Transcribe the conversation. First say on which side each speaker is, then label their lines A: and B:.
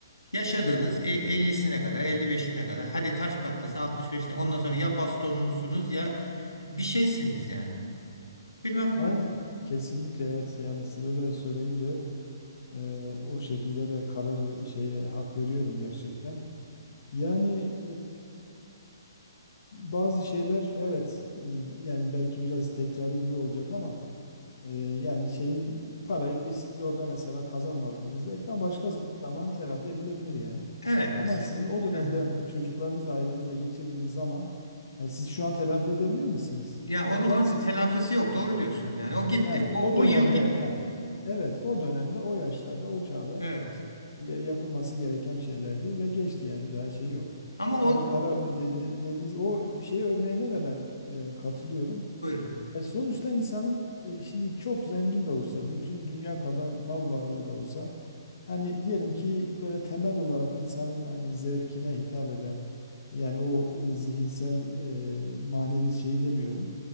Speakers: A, on the left; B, on the left.
A: Yaşadığınız
B: Evet. Aynen
A: e- 50'sine kadar elli beşine kadar hadi taş patlasın altmış beşine ondan sonra ya bastonlusunuz ya bir şeysiniz yani. Bilmem.
B: Aynen, kesinlikle evet yani siz öyle söyleyince e, o şekilde de karar ve şeye hak veriyorum gerçekten. Yani Bazı şeyler evet e, yani belki biraz tekrarı gibi olacak ama e, yani şeyin parayı siz orada mesela kazanmadınız belki ama başka zaman telafi edilebilir yani.
A: Evet.
B: Ama sizin o dönemde
A: Heh.
B: çocuklarınızla ailenizle geçirdiğiniz zaman yani siz şu an telafi edebilir misiniz?
A: Ya
B: İmkansız.
A: onu- onun telafisi yok. Doğru diyorsunuz yani. O gitti.
B: Yani
A: O,
B: o dönemde
A: o yıl gitti.
B: yani evet o dönemde o yaşlarda o çağda
A: Evet.
B: ya- yapılması gereken şeylerdi ve geçti yani bir daha şey yok.
A: Ama o
B: Ama para öyle dedi, dediğiniz o şey örneğine de ben e, katılıyorum.
A: buyur.
B: E, sonuçta insanın e, şimdi çok zengin de olsa, bütün dünya kadar mal varlığı da olsa hani diyelim ki böyle temel olarak insanın hani zevkine hitap eden yani o e, zihinsel e, manevi şeyi demiyorum.